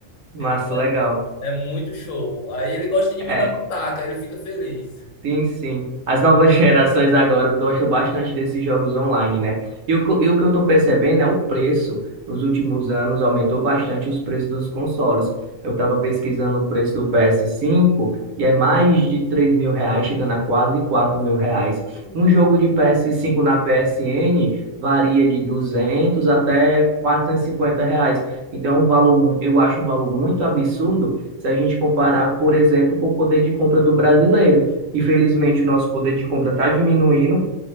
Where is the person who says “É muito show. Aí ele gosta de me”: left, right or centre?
Left